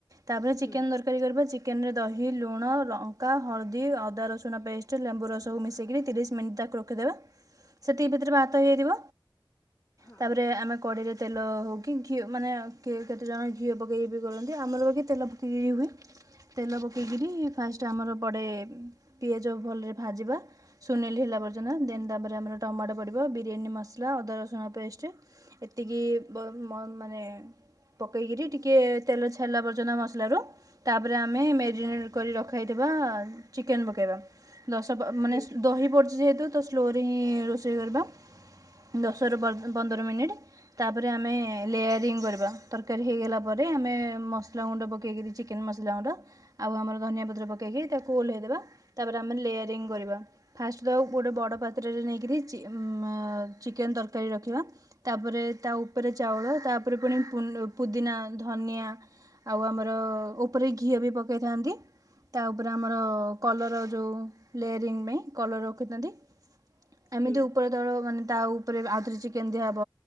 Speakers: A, on the right (about 40°); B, on the left (about 30°).
A: ତାପରେ ଚିକେନ
B: ହୁଁ।
A: ପେହି କରିବା ଚିକେନ ରେ ଦହି, ଲୁଣ, ଲଙ୍କା, ହଳଦୀ, ଅଦା ରସୁଣ ପେଷ୍ଟ, ଲେମ୍ବୁ ରସକୁ ମିଶେଇକିରି ତିରିଶ ମାନେ ତାକୁ ରଖିଦେବା, ସେତିକି ଭିତରେ ଭାତ ହେଇ ଯାଇଥିବ।
B: ହଁ
A: ତାପରେ ଆମେ କଡିରେ ତେଲ ହଉ କି ଘିଅ ମାନେ କିଏ କେତେ ଜଣ ଘିଅ ପକେଇ ବି ଗୋଳାନ୍ତି ଆମର ବାକି ତେଲ ପକେଇକିରି ହୁଏ। ତେଲ ପକେଇକିରି ଫାଷ୍ଟ ଆମର ପଡ଼େ ପିଆଜ ଭଲରେ ଭାଜିବା। ସୁନେଲି ହେଲା ପର୍ଯ୍ୟନ୍ତ, ଦେନ୍ ତାପରେ ଆମର ଟମାଟୋ ପଡ଼ିବ ବିରିୟାନୀ ମସଲା ଅଦା ରସୁଣ ପେଷ୍ଟ ଏତିକି ବ ମନ୍ ମାନେ ପକେଇକିରି ଟିକେ ତେଲ ଛାଡ଼ିଲା ପର୍ଯ୍ୟନ୍ତ ମସଲା ର। ତାପରେ ଆମେ ମ୍ୟାରିନେଟ୍ କରି ରଖାହେଇଥିବା ଚିକେନ ପକାଇବା। ଦଶ ପ ମାନେ
B: ହୁଁ
A: ଦହି ପର୍ ଯେହେତୁ ତ ସ୍ଲୋରେ ହିଁ ରୋଷେଇ କରିବା। ଦଶରୁ ପନ୍ଦର ମିନିଟ୍। ତାପରେ ଆମେ ଲେୟାରିଙ୍ଗ କରିବା ତରକାରୀ ହେଇଗଲା ପରେ ଆମେ ମସଲା ଗୁଣ୍ଡ ପକାଇକିରି ଚିକେନ ମସଲା ଗୁଣ୍ଡ। ଆଉ ଆମର ଧନିଆ ପତ୍ର ପକେଇକି ତାକୁ ଓଲ୍ହେଇ ଦେବା। ତାପରେ ଆମେ ଲେୟାରିଙ୍ଗ କରିବା। ଫାଷ୍ଟ ତାକୁ ଗୋଟେ ବଡ଼ ପାତ୍ରରେ ନେଇକିରି ଚି ଉମ ଅ ଚିକେନ ତରକାରୀ ରଖିବା। ତାପରେ ତା ଉପେରେ ଚାଉଳ ତାପରେ ପୁଣି ପୁନ ପୁଦିନା ଧନିଆ ଆଉ ଆମର ଓପେରେ ଘିଅ ବି ପକେଇଥାନ୍ତି। ତା ଓପେରେ ଆମର ଅ କଲର ଯୋଉ ଲେୟାରିଙ୍ଗ ବେଇଁ କଲର ରଖିଥାନ୍ତି। ଏମିତି
B: ହୁଁ
A: ଉପରେ ତଳ ଉ ମାନେ ତା ଉପରେ ଆଉଥରେ ଚିକେନ ଦିଆ ହବ।